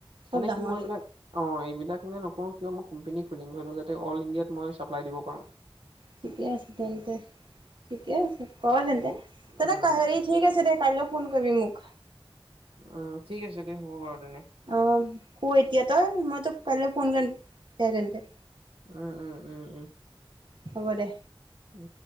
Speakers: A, on the right; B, on the right.
A: চব
B: মানে
A: ডাঙৰে
B: কি মই এই বিলাক অ এইবিলাক মানে ন <unintelligible> ক কোম্পেনী খুলিম ধৰি লও যাতে অল ইণ্ডিয়াত মই চাপ্লাই দিব পাৰো <unintelligible>
A: ঠিকে আছে তেন্তে ঠিকে আছে ক অঁ
B: উম
A: তন্ত কাহৰি আছে দে কাইলৈ ফোন কৰিবি মোক
B: অ ঠিক আছে দে হ'ব বাৰু তেনে
A: অ শু এতিয়া তই মই তোক কাইলৈ ফোন কৰি দে তেন্তে
B: উম উম উম উম
A: হ'ব দে
B: ও